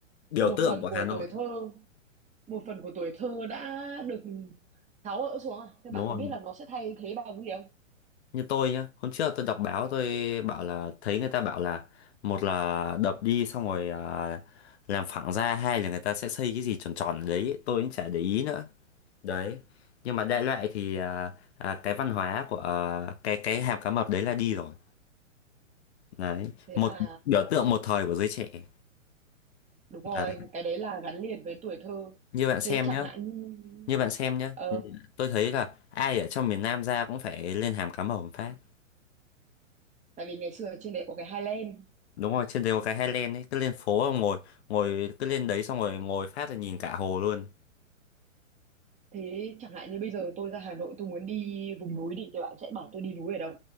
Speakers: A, on the left (about 55°); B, on the right (about 20°).
A: biểu
B: một
A: tượng
B: phần
A: của
B: của
A: Hà Nội.
B: tuổi thơ một phần của tuổi thơ đã được tháo gỡ xuống à thế
A: Đúng
B: bạn
A: rồi,
B: có biết là nó sẽ thay thế bằng cái gì không
A: như tôi nhá, hôm trước tôi đọc báo tôi bảo là thấy người ta bảo là một là đập đi xong rồi ờ, làm phẳng ra, hai là người ta sẽ xây cái gì tròn tròn ở đấy, tôi cũng chả để ý nữa. đấy nhưng mà đại loại thì à, à, cái văn hóa của à, cái cái hàm cá mập đấy là đi rồi đấy
B: thế
A: một
B: là
A: biểu tượng một thời của giới trẻ
B: đúng rồi
A: đấy
B: cái đấy là gắn liền với tuổi thơ
A: như bạn
B: thế
A: xem
B: chẳng
A: nhá
B: hạn như
A: như bạn xem nhá
B: ờ
A: ừ, tôi thấy là ai ở trong miền Nam ra cũng phải lên hàm cá mập một phát
B: tại vì ngày xưa ở trên đấy có cái Highland
A: đúng rồi trên đấy có cái Highland ấy cứ lên phố mà ngồi ngồi cứ lên đấy xong rồi ngồi phát là nhìn cả hồ luôn
B: Thế chẳng hạn như bây giờ tôi ra Hà Nội tôi muốn đi vùng núi đi thì bạn sẽ bảo tôi đi núi ở đâu?